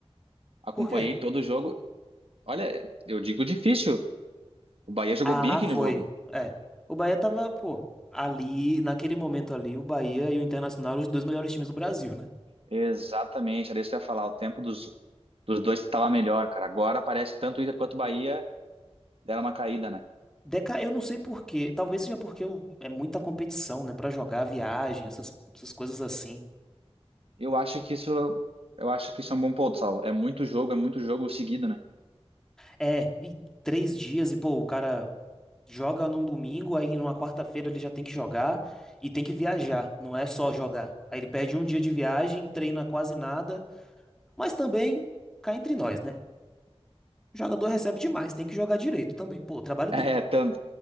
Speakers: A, on the right; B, in the centre.
A: Acompanhei
B: Por quê?
A: todo o jogo. Olha, eu digo difícil. O Bahia jogou
B: Ah,
A: bem aquele
B: foi.
A: jogo.
B: É. O Bahia tava, pô, ali, naquele momento ali, o Bahia e o Internacional eram os dois melhores times do Brasil, né?
A: Exatamente, era isso que eu ia falar. O tempo dos, dos dois estava melhor, cara. Agora parece que tanto o Inter quanto o Bahia deram uma caída, né?
B: Deca, eu não sei por quê. Talvez seja porque eu- é muita competição, né? Pra jogar, viagem, essas, essas coisas assim.
A: Eu acho que isso. Eu acho que isso é um bom ponto, Saulo. É muito jogo, é muito jogo seguido, né?
B: É, e três dias, e pô, o cara joga num domingo, aí numa quarta-feira ele já tem que jogar e tem que viajar, não é só jogar. Aí ele perde um dia de viagem, treina quase nada, mas também cá entre nós, né? O jogador recebe demais, tem que jogar direito também, pô, o trabalho
A: É,
B: dele.
A: tam-